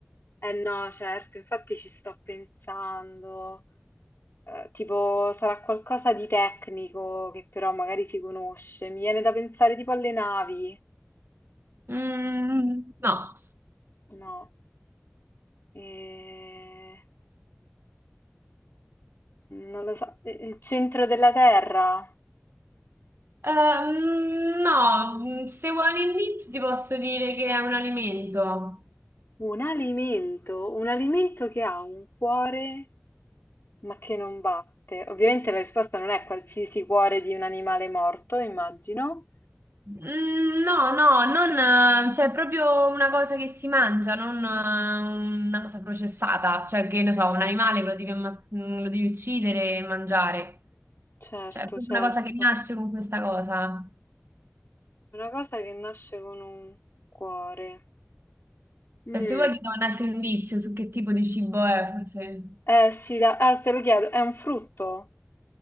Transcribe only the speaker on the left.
eh no, certo, infatti ci sto pensando. Eh, tipo, sarà qualcosa di tecnico che però magari si conosce. Mi viene da pensare tipo alle navi.
No. Eh, non lo so. Eh, Il centro della Terra.
Un alimento, un alimento che ha un cuore. Ma che non batte. Ovviamente la risposta non è qualsiasi cuore di un animale morto, immagino.
Certo,
certo.
È Una cosa che nasce con un cuore. Mm.
Eh sì, da- ah, te lo chiedo, è un frutto?